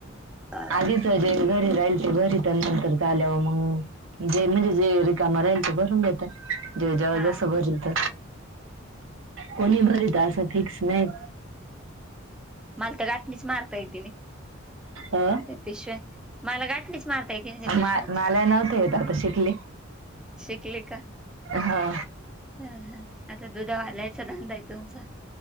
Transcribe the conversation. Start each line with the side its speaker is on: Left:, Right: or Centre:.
Centre: अ
Right: आधीच जे घरी राहिल ते घरी तर नंतर झाल्यावर मग जे म्हणजे जे रिकाम राहील ते भरून घेते. जेव जेव्हा
Centre: हा
Right: जसं
Centre: का
Right: भरत कोणी भरीत असं. फिक्स नाही.
Centre: मलत ग अटनीच मारतायदिन
Right: अ
Centre: त्या पिशव्या मला गाठणीच मारता येते नाही त्या पिशव्यांचे
Right: मा मला नव्हतं येत आता शिकले
Centre: शिकली का
Right: हा
Centre: ह आता दुधा वालायचा धंदा आहे तुमचा?